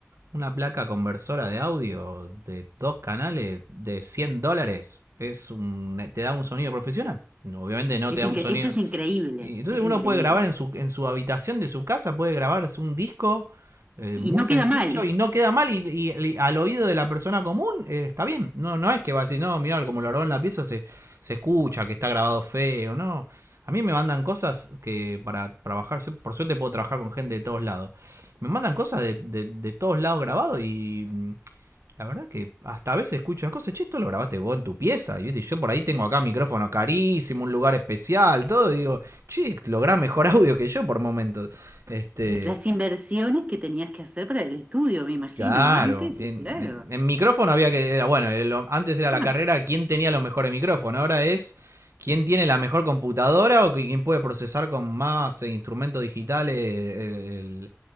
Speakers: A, on the right; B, on the right.
A: una placa conversora de audio de dos canales de 100 dólares es un, te da un sonido profesional. No, Obviamente no
B: Es
A: te da
B: incre-
A: un sonido
B: eso es increíble,
A: y entonces
B: es
A: uno
B: increíble.
A: puede grabar en su, en su habitación de su casa, puede grabarse un disco eh,
B: Y
A: muy
B: no
A: sencillo
B: queda mal.
A: y no queda mal y, y- y al oído de la persona común eh, está bien. No, no es que va a decir, no, mirá, como lo grabó en la pieza se, se escucha, que está grabado feo, no. A mí me mandan cosas que para trabajar, yo por suerte puedo trabajar con gente de todos lados. Me mandan cosas de, de- de todos lados grabado y mm, la verdad que hasta a veces escucho las cosas, che, esto lo grabaste vos en tu pieza. Y viste, yo por ahí tengo acá micrófono carísimo, un lugar especial, todo, y digo, che, lográs mejor <laughs> audio que yo por momentos. Este,
B: Las inversiones que tenías que hacer para el estudio, me imagino,
A: claro,
B: antes,
A: en,
B: y claro.
A: en- en micrófono había que, bueno, el- antes era la
B: <laughs>
A: carrera quién tenía los mejores micrófonos, ahora es quién tiene la mejor computadora o quién puede procesar con más eh, instrumentos digitales el- el-